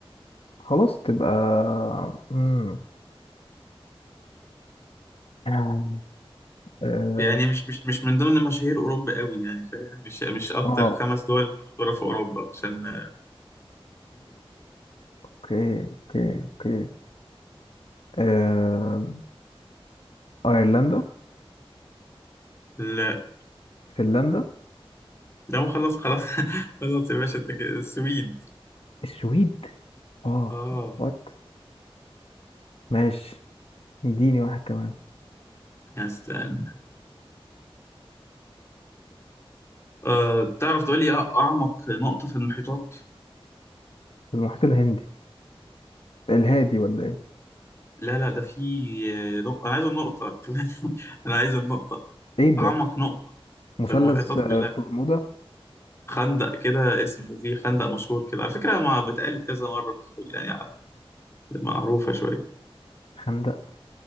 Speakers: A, on the left (about 70°); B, on the left (about 25°).
A: خلاص تبقى امم اه آه،
B: يعني مش مش مش من ضمن مشاهير أوروبا قوي يعني فاهم مش مش أكتر
A: اوكي
B: خمس دول مشهورة في أوروبا عشان آه،
A: اوكي اوكي اوكي آه... ايرلندا
B: لا
A: فنلندا
B: ده خلاص خلاص <laughs> خلاص يا باشا أنت كده- السويد
A: السويد اه
B: اه
A: وات ماشي اديني واحد كمان
B: استنى أه تعرف تقول لي أ- أعمق نقطة في المحيطات؟
A: المحيط الهندي الهادي ولا ايه
B: لا لا ده في نقطة أنا عايز النقطة <laughs> أنا عايز النقطة
A: ايه ده
B: أعمق نقطة
A: مثلث
B: في المحيطات
A: آه،
B: كلها
A: برمودا
B: خندق كده اسمه في خندق مشهور كده على فكرة ما بتقالت كذا مرة في- يعني معروفة شوية
A: خندق